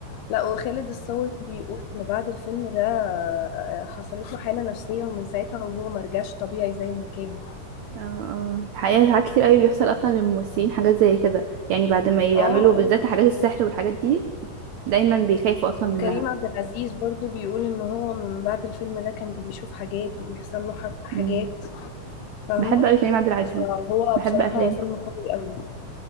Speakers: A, on the left; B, on the right.
A: لا وخالد الصاوي بيقول ان بعد الفيلم ده آه، حصلت له حالة نفسية ومن ساعتها وهو مرجعش طبيعي زي ما كان
B: اه اه الحقيقة ساعات كتير قوي بيحصل اصلا للممثلين حاجات زي كده يعني بعد ما يعملوا
A: اه اه
B: بالذات حاجات السحر والحاجات دي دايما بيخافوا اصلا منها
A: وكريم عبد العزيز برضو بيقول ان هو من بعد الفيلم ده كان بيشوف حاجات وبيحصل له ح- حاجات
B: مم.
A: فاهمة
B: بحب قوي كريم عبد العزيز
A: فهو
B: بحب
A: بصراحة
B: افلام
A: هو فيلم قوي قوي